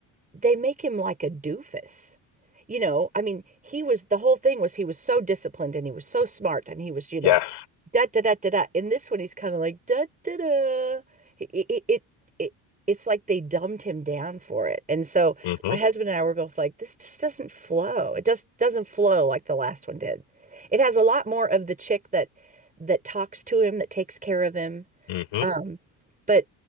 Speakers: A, on the right; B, on the left.
A: they make him like a doofus. You know, I mean, he was the whole thing was he was so disciplined and he was so smart and he was, you
B: Yes.
A: know, da da da da da. In this one, he's kind of like da da da. It, it it it it's like they dumbed him down for it. And so
B: Mm-hmm.
A: my husband and I were both like, this just doesn't flow. It just doesn't flow like the last one did. It has a lot more of the chick that that talks to him, that takes care of him
B: Mm-hmm.
A: um, but